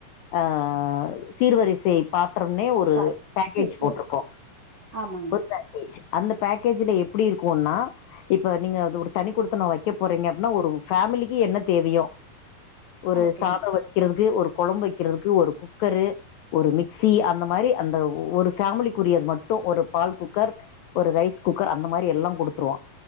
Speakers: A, on the left; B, on the right.
A: அ சீர்வரிசை பாத்ரோம்னே ஒரு
B: ப
A: பேக்கேஜ்
B: செட்டு
A: போட்ருக்கோ
B: ஆமாங்க
A: பேக்கேஜ் அந்த பேக்கேஜூல எப்டி இருக்குன்னா இப்ப நீங்க அது ஒரு தனி குடுத்துனோ வெக்கப் போறீங்க அப்டின்னா ஒரு ஃபேமிலிக்கு என்னத் தேவையோ ஒரு
B: ஓகே
A: சாதோ வ க்கிறதுக்கு ஒரு கொழம்பு வக்கிறதுக்கு ஒரு குக்கரு ஒரு மிக்ஸி அந்த மாரி அந்த ஒரு ஃபேமிலிக்குரியது மட்டு ஒரு பால் குக்கர் ஒரு ரைஸ் குக்கர் அந்த மாரி எல்லா குடுத்துருவா